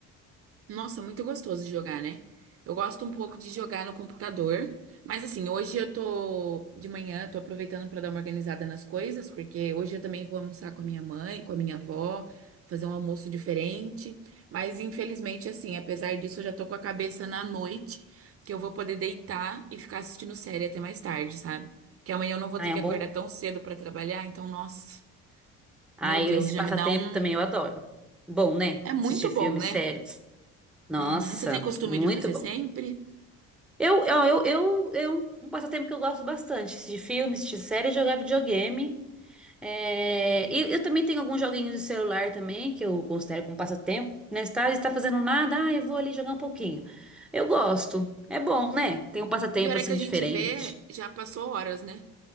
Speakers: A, on the right; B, in the centre.
A: Nossa, muito gostoso de jogar, né? Eu gosto um pouco de jogar no computador, mas assim, hoje eu tô de manhã, tô aproveitando pra dar uma organizada nas coisas, porque hoje eu também vou almoçar com a minha mãe, com a minha avó, fazer um almoço diferente. Mas infelizmente, assim, apesar disso, eu já tô com a cabeça na noite, que eu vou poder deitar e ficar assistindo série até mais tarde, sabe? Que amanhã eu não vou
B: Ah,
A: ter
B: é
A: que
B: um
A: acordar
B: bom?
A: tão cedo pra trabalhar, então, nossa,
B: Ah,
A: meu Deus,
B: eu- esse
A: já
B: passatempo
A: me dá um.
B: também eu adoro. Bom, né?
A: É muito
B: Assistir filmes,
A: bom, né?
B: séries. Nossa,
A: Uhum. Você tem costume
B: muito
A: de fazer
B: bom.
A: sempre?
B: Eu, eu, eu, eu, eu, um passatempo que eu gosto bastante, assistir filmes, assistir séries, jogar videogame. É, e eu também tenho alguns joguinhos de celular também, que eu considero como passatempo. Né? Se tá, se tá fazendo nada, ah, eu vou ali jogar um pouquinho. Eu gosto. É bom, né? Tem um passatempo
A: E a hora
B: assim
A: que a
B: diferente.
A: gente vê, já passou horas, né?